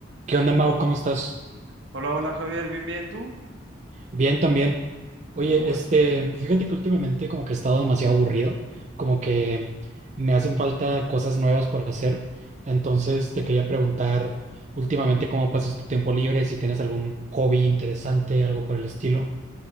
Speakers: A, on the right; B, on the right.
A: ¿Qué onda, Mau? ¿Cómo estás?
B: Hola, hola Javier, bien, bien, ¿tú?
A: Bien, también. Oye,
B: Qué bueno.
A: este, fíjate que últimamente como que he estado demasiado aburrido, como que me hacen falta cosas nuevas por hacer. Entonces te quería preguntar últimamente cómo pasas tu tiempo libre, si tienes algún hobby interesante, algo por el estilo.